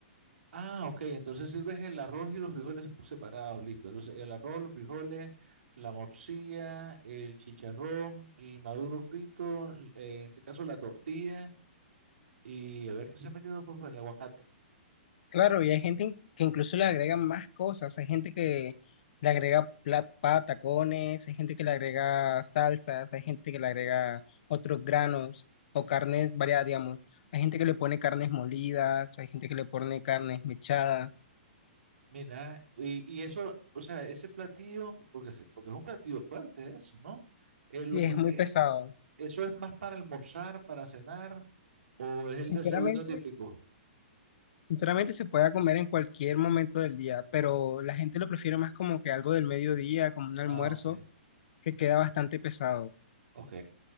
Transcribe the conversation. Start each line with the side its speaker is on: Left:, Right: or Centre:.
Right: Ah, ok, entonces sirves el arroz y los frijoles separados, listo. Entonces el arroz, los frijoles, la morcilla, el chicharrón, el maduro frito, l- en este caso la tortilla y a ver qué se me quedó por fuera, el aguacate.
Left: Claro, y hay gente in- que incluso le agrega más cosas. Hay gente que le agrega pla- pa- tacones, hay gente que le agrega salsas, hay gente que le agrega otros granos o carnes variadas, digamos. Hay gente que le pone carnes molidas, hay gente que le pone carnes mechadas,
Right: Mira, y, y eso, o sea, ese platillo, porque, se- porque es un platillo fuerte eso, ¿no? Eh, lo-
Left: y es muy
Right: eh,
Left: pesado.
Right: ¿eso es más para almorzar, para cenar o es el
Left: Sinceramente,
Right: desayuno típico?
Left: sinceramente se puede comer en cualquier momento del día, pero la gente lo prefiere más como que algo del mediodía, como un almuerzo,
Right: Ah, ok,
Left: que queda bastante pesado.
Right: ok.